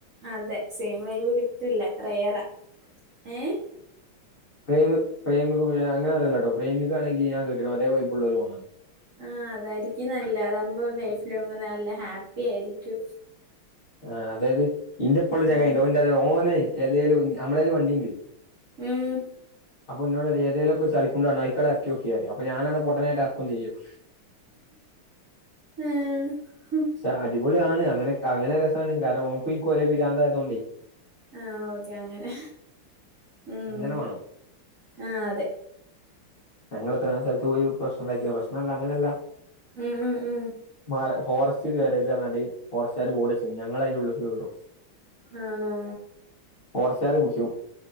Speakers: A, on the right (about 55°); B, on the left (about 85°).
A: അതെ സെം വൈബ് കിട്ടില്ല റേയെറാ ഏഹ്
B: പ്രേമ പ്രേമിക്കുമ്പോ ഞാനങ്ങനെ പറയല്ലട്ടോ പ്രേമികാണെങ്കി ഞാൻ കേട്ട്ണ് ഒരേ വൈബുള്ളോര് മാണം
A: ആഹ് അതായിരിക്കും നല്ലത് അതാവുമ്പോ ലൈഫ് ലോങ്ങ്‌ നല്ല ഹാപ്പി ആയിരിക്കും
B: ആഹ് അതായത് ഇന്റെപ്പള്ളൊരു ചെങ്ങായിണ്ട്
A: ഉം
B: ഓൻന്റെ അതെ ഓനെ ഏതേലും നമ്മളേല് വണ്ടിണ്ട്
A: ഉം
B: അപ്പൊ ഓൻ ഇന്നോട് പറിം ഏതെലൊക്കെ ചളികുണ്ടാണും അയ്ക്കാട്ട് എറക്കിയോക്ക് പറിം അപ്പൊ ഞാനാണെ പൊട്ടനായിട്ട് എറക്കും ചെയ്യും
A: ഏഹ്
B: പക്ഷെ അടിപൊളിയാണ് അങ്ങനെ അങ്ങനെ രെസാണ് കാരണം ഓന്ക്കും ഇക്കും ഒരേ പിരാന്തായതോണ്ടെ
A: ആഹ് ഓക്കെ അങ്ങനെ ഉം
B: അങ്ങനെ വേണം
A: ആഹ് അതെ
B: ഞങ്ങള് എത്രങ്ങാനും സ്ഥൽത്ത് പോയി പ്രശനെണ്ടാക്കിണ് പ്രശ്നെല്ല അങ്ങനെല്ല
A: ഉം ഉം ഉം
B: മല ഫോറസ്റ്റ്ക്ക് കേറര്തെർഞാണ്ട് ഫോറെസ്റ്റാര് ബോഡെച്ചീന് ഞങ്ങളയിന്റെ ഉള്ള്ക്ക് കേറും
A: ആണോ
B: ഫോറെസ്റ്റാര് പുട്ച്ചും